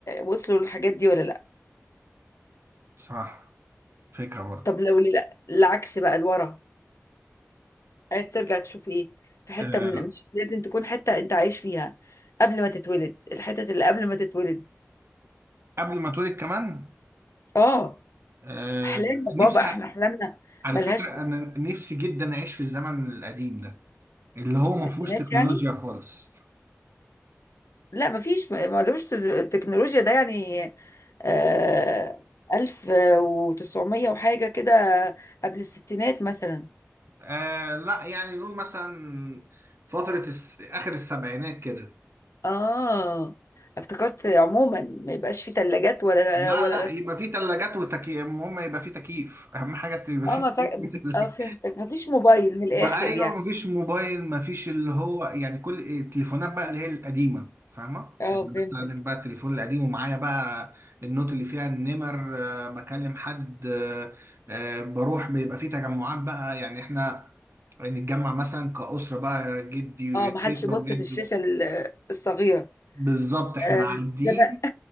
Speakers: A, on the left (about 75°); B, on the right (about 55°).
A: وصلوا للحاجات دي ولا لا
B: صح فكرة برضه
A: طب لو ال- العكس بقى لورا عايز ترجع تشوف ايه في حتة
B: آه،
A: من مش لازم تكون حتة انت عايش فيها قبل ما تتولد الحتت اللي قبل ما تتولد
B: قبل ما اتولد كمان
A: اه
B: آه،
A: احلام يا
B: نفسي
A: بابا احنا احلامنا
B: على
A: ملهاش
B: فكرة أنا نفسي جدا أعيش في الزمن القديم ده اللي هو
A: ستينات
B: ما فيهوش تكنولوجيا
A: يعني
B: خالص
A: لا مفيش ملوش تز- التكنولوجيا ده يعني آه ألف وتسعمية وحاجة كده قبل الستينات مثلا
B: آه لا يعني نقول مثلا فترة الس... آخر السبعينات كده
A: اه افتكرت عموما ما يبقاش في تلاجات ولا
B: لا
A: ولا
B: لا يبقى في تلاجات وتكييف المهم يبقى في تكييف أهم حاجة يبقى
A: اه
B: في
A: ما
B: تكييف
A: فا...
B: <laughs> في التلاجة.
A: اه فهمتك مفيش موبايل من الاخر
B: بقى ايوه
A: يعني
B: مفيش موبايل مفيش اللي هو يعني كل التليفونات بقى اللي هي القديمه فاهمه
A: اه
B: اللي
A: فهمتك
B: بستخدم بقى التليفون القديم ومعايا بقى النوت اللي فيها النمر آه، بكلم حد آه، آه، بروح بيبقى فيه تجمعات بقى يعني احنا نتجمع مثلا كأسرة بقى جدي
A: اه ما
B: تيتا
A: حدش يبص
B: وجدو
A: في الشاشه ال- الصغيره
B: بالظبط احنا
A: آه
B: قاعدين
A: زمان